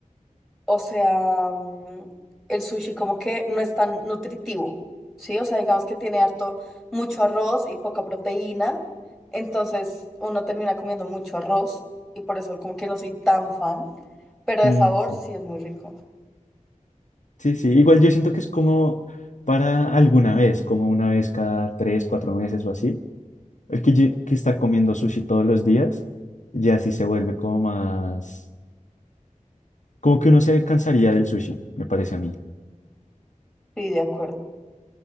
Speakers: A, in the centre; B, on the left.
A: o sea, mm, el sushi como que no es tan nutritivo, ¿sí? O sea, digamos que tiene harto, mucho arroz y poca proteína, entonces uno termina comiendo mucho arroz y por eso como que no soy tan fan, pero de
B: Mm,
A: sabor
B: sí,
A: sí es muy rico.
B: sí, sí, igual yo siento que es como para alguna vez, como una vez cada tres, cuatro meses o así, Es que, ye- que estar comiendo sushi todos los días ya sí se vuelve como más... Como que uno se cansaría del sushi, me parece a mí.
A: Sí, de acuerdo.